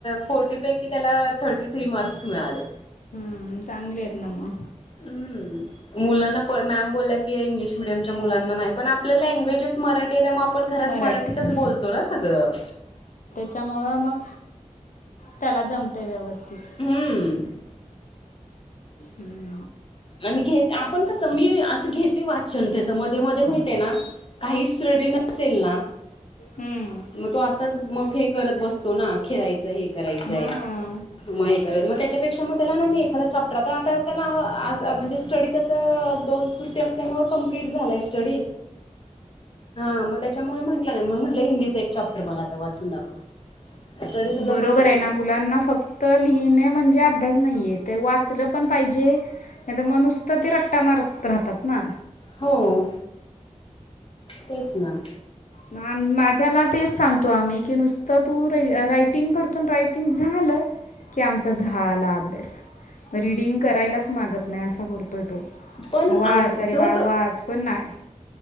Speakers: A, on the left (about 45°); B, on the left (about 85°).
A: फोर्टीपैकी त्याला थर्टी थ्री मार्क्स मिळाले.
B: हम्.. चांगली आहेत ना मग
A: हम्म.. मुलांना प.. मॅम बोलल्या की इंग्लिश मिडियमच्या मुलांना नाही पण आपलं लँग्वेजच मराठी ते टाईम आपण घरात
B: मराठी
A: मराठीतच बोलतो ना सगळं.
B: च्यामुळं मग.. त्याला जमतय व्यवस्थित
A: हम्म
B: ह्म्म्म
A: आणि घेत.. आपण कसं मी असं घेते वाचन त्याच मध्ये मध्ये माहित आहे ना.. काहीस रीडिंग नसेल ना....
B: हम्म
A: मग तो असाच मग हे करत बसतो ना खेळायचय हे करायचय..
B: हा
A: मग हे मग त्याच्यापेक्षा मग त्याला मी एखादा चाप्टर आता त्याला आ.. आज म्हणजे स्टडी त्याचं अ.. दोन सुट्टी असल्यामुळं कंप्लीट झालंय स्टडी हा.. मग त्याच्यामुळे म्हटलं नाही मग म्हटलं हिंदीचा एक चॅप्टर मला आता वाचून दाखव. स्टडी तुझा
B: बरोबर
A: कंप्लीट
B: आहेना
A: केला?
B: मुलांना फक्त तर लिहिणे म्हणजे अभ्यास नाहीय.. ते वाचलं पण पाहिजे. नाही तर नुसत ते रट्टा मारत राहतात ना
A: हो.. तेच ना
B: माझ्याला तेच सांगतो आम्ही.. की नुसतं तू रा.. रायटिंग कर. पण रायटिंग झालं- की आमचा झा.. ला अभ्यास रीडिंग करायलाच मागत नाही असा करतोय तो.
A: पण
B: मग वाच.. अरे
A: जो
B: बाळा
A: तो
B: वाच.. पण नाही.